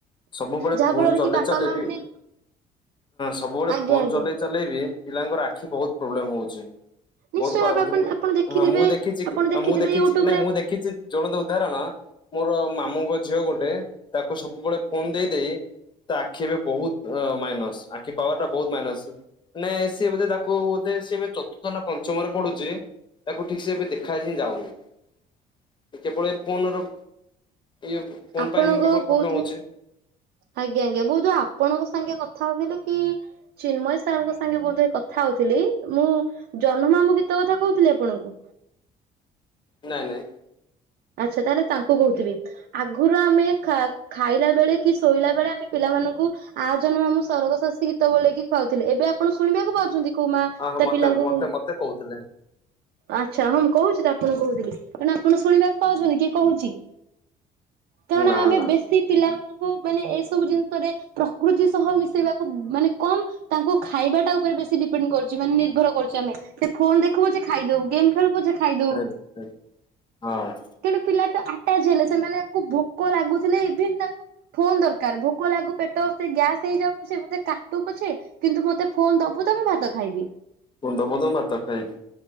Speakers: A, on the left; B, on the right.
A: ସବୁବେଳେ
B: ଯାହା
A: ଫୋନ
B: ଫଳରେ
A: ଚଲେଇଚଲେ
B: କି ବାପା ମା
A: ବି
B: ମାନେ
A: ସବୁବେଳେ
B: ଆଜ୍ଞା
A: ଫୋନ
B: ଆଜ୍ଞା
A: ଚଲେଇ ଚଲେଇ ବିି ପିଲାଙ୍କର ଆଖି ବହୁତ୍ ପ୍ରୋବ୍ଲେମ୍ ହଉଚି।
B: ନିଶ୍ଚୟ
A: ବହୁତ ଖରାପ୍
B: ଭାବେ
A: ହୋଉଛି
B: ଆପଣ
A: ମୁ
B: ଆପଣ ଦେଖିଥିବେ
A: ହଁ ମୁଁ ଦେଖିଚି
B: ଆପଣ
A: କି
B: ଦେଖିଥିବେ
A: ମୁଁ ଦେଖିଛି
B: ୟୁଟ୍ୟୁବ
A: ନାଇଁ
B: ରେ
A: ମୁଁ ଦେଖିଛି ଜଣନ୍ତ ଉଦାହରଣ ମୋର ମାମୁଙ୍କ ଝିଅ ଗୋଟେ ତାକୁ ସବୁବେଳେ ଫୋନ ଦେଇ ଦେଇ ତା ଆଖି ଏବେ ବହୁତ୍ ମାଇନସ୍ ଆଖି ପାୱାର୍ ଟା ବହୁତ୍ ମାଇନସ୍। ମାନେ ସିଏ ବୋଧେ ତାକୁ ବଧେ ସିଏ ଏ ଚତୁର୍ଥ ନା ପଞ୍ଚମରେ ପଡୁଚି। ତାକୁ ଠିକ୍ ସେ ଏବେ ଦେଖା ହିଁ ଯାଉନି କେବଳ ଏ ଫୋନ୍ ର ଇଏ ଫୋନ୍
B: ଆପଣଙ୍କ
A: ପାଇଁ ହିଁ କେବଳ ପ୍ରୋବ୍ଲେମ୍
B: ବୋଧ ହୁଏ
A: ହଉଚି।
B: ଆଜ୍ଞା ଆଜ୍ଞା ବୋଧେ ଆପଣଙ୍କ ସାଙ୍ଗେ କଥା ହଉଥିଲେ କି ଚିନ୍ମୟ ସାର୍ ଙ୍କ ସାଙ୍ଗେ ବୋଧେ କଥା ହଉଥିଲି ମୁଁ ଜହ୍ନମାମୁଁ ଗୀତ କଥା କହୁଥିଲି ଆପଣଙ୍କୁ?
A: ନାଇଁ ନାଇଁ
B: ଆଚ୍ଛା ତାହେଲେ ତାଙ୍କୁ କହୁଥିବି, ଆଗରୁ ଆମେ ଖା-ଖାଇଲା ବେଳେ କି ଶୋଇଲା ବେଳେ ଆମେ ପିଲାମାନଙ୍କୁ ଆଉ ଜନ୍ମ ମାମୁଁ ସରଗ ଶାଶୀ ଗୀତ ବୋଲେଇକି ଖୁଆଉଥିଲେ ଏବେ ଆପଣ ଶୁଣିବାକୁ ପାଉଛନ୍ତି? କୋଉ ମା
A: ହ ହଁ
B: ତା
A: ମତେ
B: ପିଲାଙ୍କୁ
A: ମତେ ମତେ କହୁଥିଲେ
B: ଆଚ୍ଛା ହଁ ମୁଁ କହୁଛି ତ ଆପଣ କହୁଥିଲି, ତେଣୁ ଆପଣ ଶୁଣିବାକୁ ପାଉଛନ୍ତି କିଏ କହୁଛି? ତେଣ
A: ନା
B: ଆମେ
A: ନା
B: ବେଶୀ ପିଲାମାନଙ୍କୁ ମାନେ ଏ ସବୁ ଜିନିଷରେ ପ୍ରକୃତି ସହ ମିଶେଇବାକୁ ମାନେ କମ୍ ତାଙ୍କୁ ଖାଇବା ଟା ଉପରେ ବେଶୀ ଡିପେଣ୍ଡ କରୁଛି ମାନେ ନିର୍ଭର କରୁଛୁ ଆମେ। ସେ ଫୋନ୍ ଦେଖୁ ପଛେ ଖାଇଦଉ ଗେମ୍ ଖେଳୁ ପଛେ ଖାଇଦଉ
A: <unintelligible> ହଁ
B: ତେଣୁ ପିଲା ତ ଆଟାଚ୍ ହେଲେ ସେମାନେ ତାଙ୍କୁ ଭୋକ ଲାଗୁଥିଲେ ଇଭିନ୍ ତାଙ୍କୁ ଫୋନ୍ ଦରକାର୍ ଭୋକ ଲାଗୁ ପେଟ ସେ ଗ୍ୟାସ୍ ହେଇଯାଉ ସେ ବୋଧେ କାଟୁ ପଛେ କିନ୍ତୁ ମତେ ଫୋନ୍ ଦବୁ ତ ମୁଁ ଭାତ ଖାଇବି।
A: ମୁୁଣ୍ଡ ବୋଧ ଭାତ ଖାଇବି।